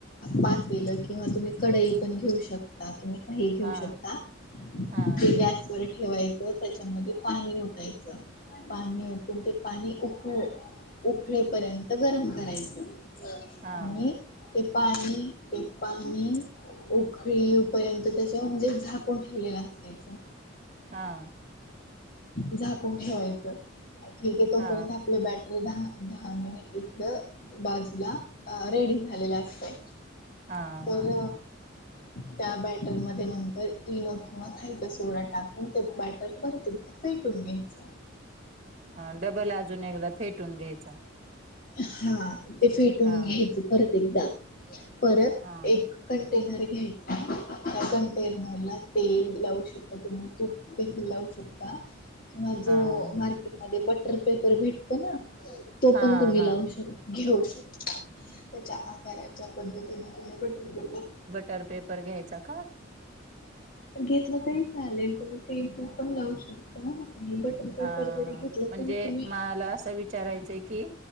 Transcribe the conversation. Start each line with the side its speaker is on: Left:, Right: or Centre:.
Left: पातलं किंवा तुम्ही कडाई पण घेऊ शक ता तुम्ही काही घेऊ
Right: हा
Left: शकता
Right: हा
Left: ते गॅस वर ठेवायच त्याच्यामध्ये पाणी ओतायचा पाणी ओतून ते पाणी ऊख उकळेपर्यंत गरम करायच
Right: हा
Left: आणि ते पाणी ते पाणी उखळीपर्यंत त्याच म्हणजे झाकून ठेवलेलं असायचं.
Right: हा.
Left: झाकून ठेवायचं ठीक आहे तोपर्यंत
Right: हा
Left: आपलं बॅटर दहा दहा मिनिट इकडं. बाजूला रेडी झालेला असतय
Right: हा
Left: तर
Right: हा <unintelligible>
Left: त्या बॅटरमध्ये नंतर इनो किंवा खायचा सोडा टाकून ते बॅटर परत एक फेटून घ्यायचं.
Right: ह डबल अजून एकदा फेटून घ्यायचं.
Left: हा ते फेटून
Right: हा
Left: घ्यायचं परत एकदा परत
Right: हा
Left: एक कंटेनर घ्यायचं. त्या कंटेनर ला तेल लावू शकता तुम्ही तूप देखील लावू शकता. किंवा
Right: हा
Left: जो
Right: हा
Left: मार्केटमध्ये बटर पेपर भेटतो ना तो
Right: हा
Left: पण तुम्ही
Right: हा
Left: लावू घेऊ शकता त्याच्या आकाराच्या पद्धतीने तुम्ही बटर पेपर
Right: तर पेपर घ्यायचा का.
Left: घेतलं तरी चालेल तुम्ही तेल तूप पण लावू शकता आणि बटर पेपर
Right: हा
Left: जरी घेतला
Right: म्हणजे
Left: तरी तुम्ही
Right: मला असं विच विचाराय की